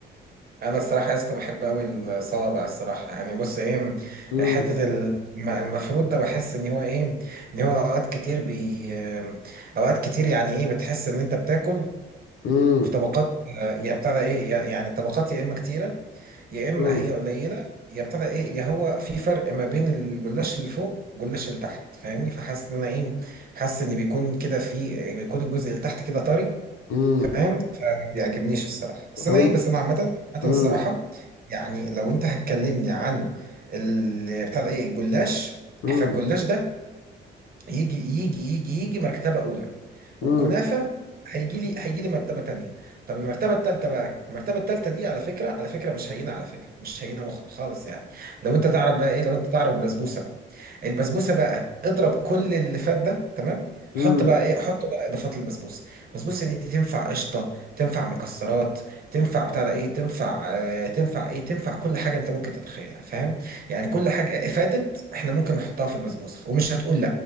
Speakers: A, on the right; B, on the left.
A: انا الصراحه يا اسطى بحب قوي الصوابع الصراحه يعني بص ايه
B: امم
A: حته الم- المفروض ده بحس ان هو ايه ان هو اوقات كتير بي اوقات كتير يعني ايه بتحس ان انت بتاكل
B: امم
A: في طبقات آه، يا بتاع ده ايه يا- يعني طبقات يا اما كتيره يا اما
B: امم
A: هي قليله يا ابتدى ايه يا هو في فرق ما بين الجلاش اللي فوق والجلاش اللي تحت فاهمني فحاسس ان انا ايه حاسس ان بيكون كده في بيكون الجزء اللي تحت كده طري
B: امم
A: فاهم فما بيعجبنيش الصراحه بس
B: طب
A: انا ايه بس انا عامه عامه
B: امم
A: الصراحه يعني لو انت هتكلمني عن ال- بتاع ده ايه الجلاش
B: امم
A: فالجلاش ده يجي يجي يجي يجي مرتبة أولى والكنافة
B: امم
A: هيجي لي هيجي لي مرتبة تانية طب المرتبة التالتة بقى المرتبة التالتة دي على فكرة على فكرة مش هينة على فكرة مش هينة مخ- خالص يعني لو أنت تعرف بقى إيه لو أنت تعرف البسبوسة بقى البسبوسة بقى اضرب كل اللي فات ده تمام حط
B: امم
A: بقى إيه حط بقى إضافات للبسبوسة البسبوسة دي تنفع قشطة تنفع مكسرات تنفع بتاع ده إيه تنفع آه تنفع إيه تنفع كل حاجة أنت ممكن تتخيلها فاهم يعني كل حاجة فاتت إحنا ممكن نحطها في البسبوسة ومش هتقول